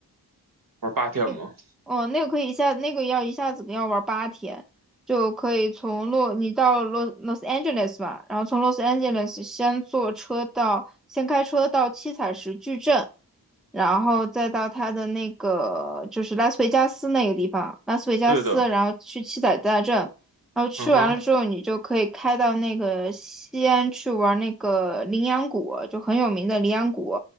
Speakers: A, on the right (about 55°); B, in the centre.
A: 玩八天吗？
B: 那，哦，那个可以一下，那个要一下子要玩八天，就可以从洛，你到洛 Los Angeles 吧，然后从 Los Angeles 先坐车到，先开车到七彩石矩阵，然后再到它的那个就是拉斯维加斯那个地方，拉斯维加斯，
A: 对的，
B: 然后去七彩大镇，然后去完了之后，
A: 嗯哼，
B: 你就可以开到那个西安去玩那个羚羊谷，就很有名的羚羊谷，